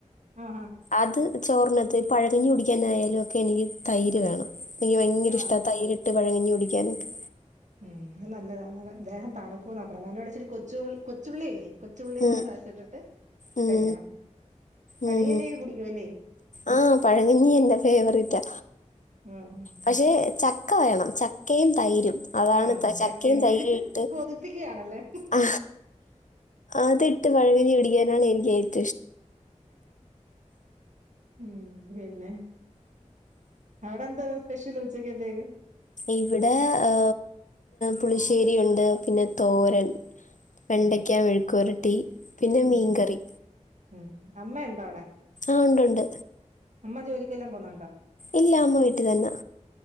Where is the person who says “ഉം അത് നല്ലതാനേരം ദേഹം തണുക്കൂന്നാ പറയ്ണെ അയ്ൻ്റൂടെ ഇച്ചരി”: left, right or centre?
Right